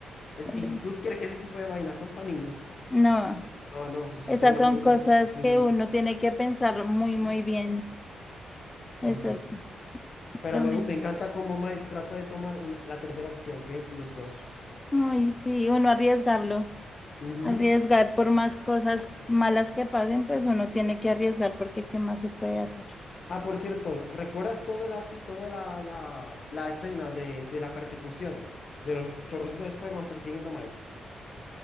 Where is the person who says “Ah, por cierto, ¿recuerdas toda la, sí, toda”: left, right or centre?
Left